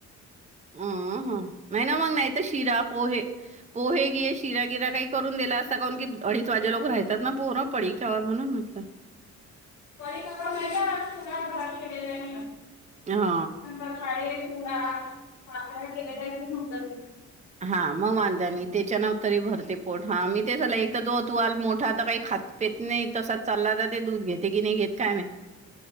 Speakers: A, on the right; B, on the left.
A: अं हं नाही ना मग नाही तर शिरा, पोहे, पोहे घे शिरा -गिरा काही करून देत. असल करून की अडीच वाजे लोक राहतात ना पूर् पडी कावर म्हणून म्हटलं.
B: <unintelligible> आहे मी.
A: हा
B: पाळी चिवडा <unintelligible>
A: हा मग वांधानी त्याच्याने तरी भरते पोट हा मी ते झा एक तर तो तू मोठा आता काही खात पित नाही तसाच चालला जाते दूध घेते की नाही घेत काय माहित.